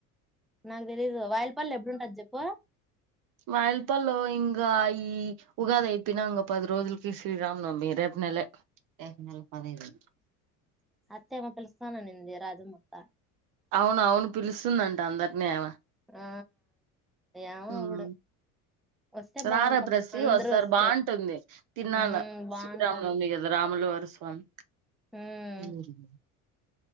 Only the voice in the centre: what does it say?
నాకు తెలీదు వాయిలపల్లి ఎప్పుడుంటది చెప్పు
అత్త ఏమో పిలుస్తాననింది రాజమోత్త
ఆ ఏమో
అప్పుడు వస్తే బాగుంటాం
అందరూ
వస్తే
ఉమ్ బాగుంటది
ఉమ్